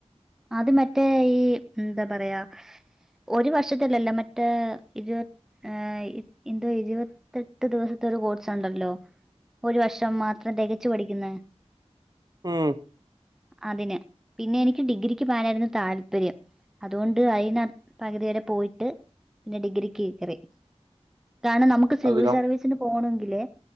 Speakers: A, in the centre; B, on the right.
A: അത് മറ്റേ ഈ എന്താ പറയാ ഒരു വർഷത്തലില്ല മറ്റേ ഇരുപ ഏഹ് എന്തോ ഇരുപത്തെട്ട് ദിവസത്തെ ഒരു കോഴ്സുണ്ടല്ലോ? ഒരു വർഷം മാത്രം തെകച്ചു പഠിക്കുന്നെ?
B: ഉം
A: അതിന് പിന്നെ എനിക്ക് ഡിഗ്രി ക്ക് പോവാനായിരുന്നു താല്പര്യം അതുകൊണ്ട് അയിന് പകുതി വരെ പോയിട്ട്. പിന്നെ ഡിഗ്രിക്ക് കേറി കാരണം നമുക്ക് സിവിൽ
B: അത് കം
A: സർവീസിന് പോവണോങ്കില്